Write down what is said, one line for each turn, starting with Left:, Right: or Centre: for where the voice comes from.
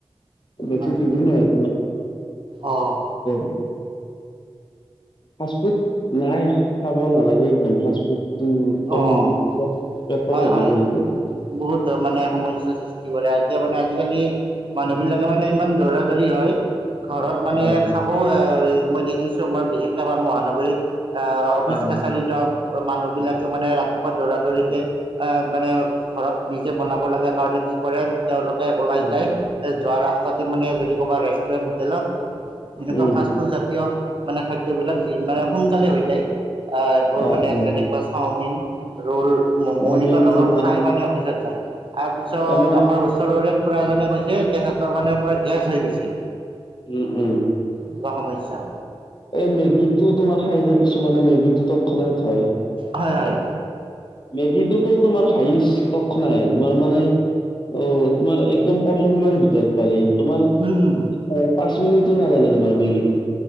Left: বেছি
Right: হয়,
Left: <inaudible> তমাৰ।
Right: অ',
Left: <inaudible> ফাষ্টফুট নাই। খাব নালাগে একদম ফা ফুডটো
Right: অ',
Left: একদম পেটৰ
Right: হয়,
Left: <inaudible>
Right: হয়। বহুত মানে সমস্য়া সৃষ্টি কৰে এতিয়া মানে আজিকালি মানুহ বিলাকে মানে ইমান দৌৰা দৌৰি হয় ঘৰত মানে
Left: হয়
Right: খ মই দেখিছোঁ আমাৰ বিশেষকান মহানগৰীত অফিচ
Left: হয়
Right: কাছাৰী যোৱা মানুহবিলাকেও মানে ৰাতিপুৱা দৌৰা দৌৰিতে, আহ মানে ঘৰত নিজে বনাব লাগে কাৰণে কি কৰে তেওঁলোকে ওলাই
Left: হয়।
Right: যায় যোৱা ৰাস্তাতে মানে যদি ক'বা ৰেষ্টুৰেণ্ট হোটেলত, এনেকুৱা
Left: উম
Right: ফাষ্ট ফুড জাতীয় মানে খাদ্যয়বলাক যি মানে সোনকালে হৈ যায়, আহ, এইবোৰ
Left: অ
Right: মানে
Left: অ
Right: যেনেকুৱা চাওমিন, ৰল ম'ম'
Left: চাওমিন
Right: এনেকুৱা ধৰণৰ
Left: তোমাৰ
Right: খাই মানে অফিচত যায় তাৰ পিছত
Left: তাৰমানে
Right: আমাৰ ওচৰৰে খুডৰা জনে কৈছে তেখতৰ মানে পুৰা গেছ হৈ গৈছে।
Left: উম, উম।
Right: কিবা সমস্যা
Left: এই মেগীটো তোমাৰ খাই কিছুমানে মেগী টো তৎক্ষনাৎ হয়।
Right: হয়, হয়।
Left: মেগীটোতো তোমাৰ হাইষ্ট <inaudible> নাই তোমাৰ মানে অ', তোমাৰ একদম কম সময়ৰ ভিতৰত পাৰি। তোমাৰ
Right: উম
Left: পাঁচ মিনিটত নালাগে তোমাৰ মেগীত।